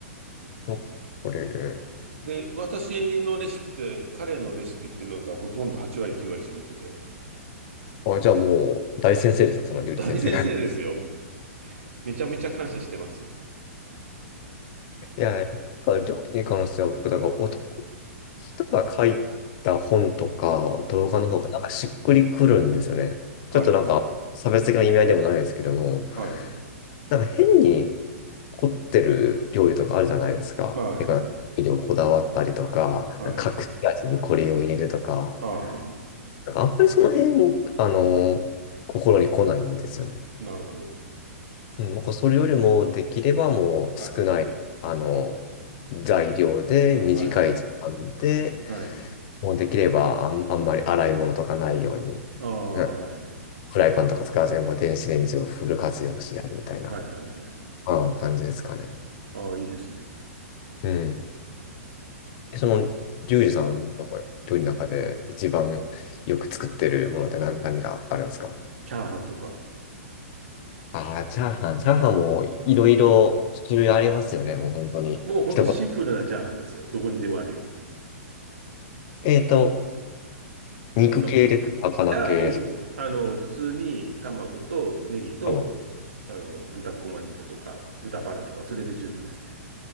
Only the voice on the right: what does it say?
で、私のレシピって、彼のレシピっていうのがほとんど8割、9割占めてて、
大先生ですよ。
めちゃめちゃ感謝してますよ。
うん。はいはい。
はい。
まあ、はいはい。
はい。
ああ、
なるほど。
はい。
はい。はい。
ああ、
はいはい。
はいはいはいはい。
ああ、いいですね。
チャーハンとか。
もうほんとシンプルなチャーハンですよ。
どこにでもあるような。
そう。
いや、もう、あの、普通に卵とネギと、
あの、豚こま肉とか、豚バラとか、それで十分ですね。